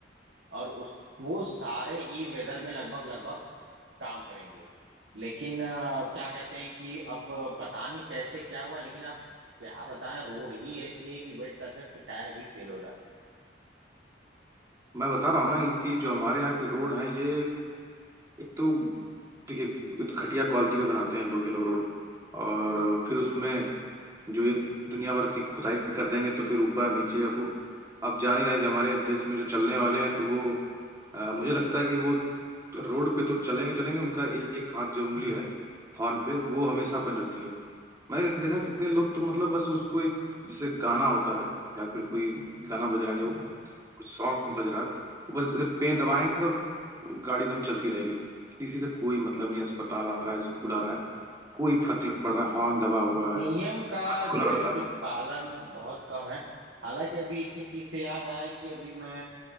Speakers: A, on the right; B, on the right.
A: और उस वो सारे ही वेदर में लगभग लगभग काम करेंगे लेकिन अ, क्या कहते हैं कि अब पता नहीं कैसे क्या हुआ लेकिन आप क्या बताएं रोड ही ऐसी है कि वेट सरफेस के टायर भी फेल हो जाते
B: मैं बता रहा हूँ ना कि जो हमारे यहाँ के रोड हैं ये एक तो देखिए ये तो घटिया क्वालिटी के बनाते हैं लोग ये लोग रोड और फिर उसमें जो ये दुनिया भर की खुदाई कर देंगे तो फिर ऊपर नीचे या फिर आप जान ही रहे हैं कि हमारे देश में जो चलने वाले हैं तो वो अ, मुझे लगता है कि वो रोड पे तो चलेंगे चलेंगे उनका एक हाथ जो उंगली है हॉर्न पे वो हमेशा बंद रहती है मैंने देखा कितने लोग तो मतलब बस उसको एक जैसे गाना होता है या फिर कोई
A: हैं
B: गाना बज रहा है या वो कुछ सॉन्ग बज रहा है वो बस पे दबाएंगे और गाड़ी एकदम चलती रहेगी किसी से कोई मतलब नहीं अस्पताल आ रहा है स्कूल आ रहा है कोई फर्क नहीं पड़ रहा हॉर्न दबा हुआ
A: नियम
B: है मैं
A: का
B: तो बोल
A: जो है
B: रहा
A: कि
B: था
A: पालन बहुत कम है हालांकि अभी इसी चीज से याद आया कि अभी मैं